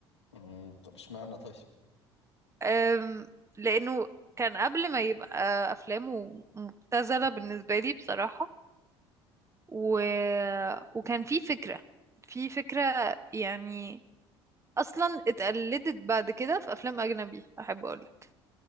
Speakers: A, on the left; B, on the right.
A: مم، طب اشمعنى طيب
B: أم، لأنه كان قبل ما يبقى أفلامه مبتذلة بالنسبة لي بصراحة و... وكان في فكرة في فكرة يعني أصلا اتقلدت بعد كده في أفلام أجنبي أحب أقولك